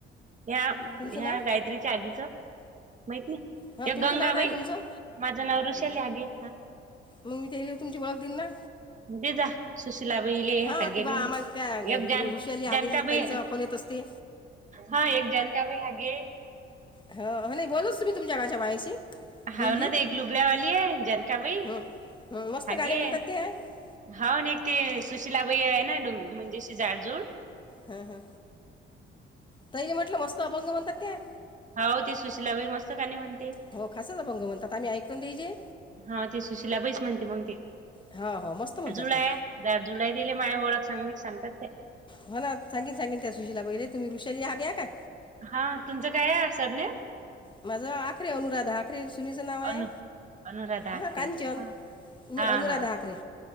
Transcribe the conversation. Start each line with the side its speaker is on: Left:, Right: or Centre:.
Right: ह्या ह्या
Left: तुमचं नाव
Right: गायत्रीच्या आधीच माहित नाही
Left: हां
Right: या
Left: तुमचं
Right: गंगाबाई
Left: नाव काय आहे तुमचं
Right: माझं नाव ऋषाल आगे हा
Left: मग मी ते तुमची ळख दिन ना
Right: ते जा सुशिला बले
Left: हां
Right: ह
Left: की
Right: गेले
Left: बा आम्हाला त्या
Right: एक जान
Left: ऋ- ऋषाली आगे
Right: जानका ब
Left: ताईचा फोन येत असते
Right: हा एक जाणकार भी हगे
Left: ह नाही बोलूच तु तुम्ही तुमच्या घच्या बायाशी
Right: हाव
Left: दिंडीत
Right: ना दे एक लुबळ्यावाली आहे जनकाबाई
Left: हं, हं, मस्त
Right: हगे
Left: गाणे म्हणतात ते हां
Right: हा एक ते सुशिलाबाई आहे ना म्हणजे झाडजूड
Left: हा हा तहीरी म्हटलं मस्त अभंग म्हणतात त्या
Right: होा हो ते सुशिलाबाईक मस्त का नाही म्हणते
Left: हो खासच अभंग म्हणतात आम्ही ऐकतो ना त्याचे
Right: हा ते सुशिला बैस म्हणते मग ते
Left: हा हो मस्त म्हणतात
Right: जुला
Left: त्या
Right: द जुलै दिली माझ ओळख सांगली सांगतात ते
Left: हा ना सांगीन सांगीन त्या सुशला बैले तुम्ही ऋषाली हा ग घ्या काय
Right: हा तुमचं काय आहे असर नाही
Left: माझा आखरे अनुराध आखे सुनीचं नाव आहे
Right: अनु अनुराधा आखरे.
Left: हा कांचन
Right: हा
Left: मी
Right: हा
Left: अनुराधा
Right: हा
Left: आाकरे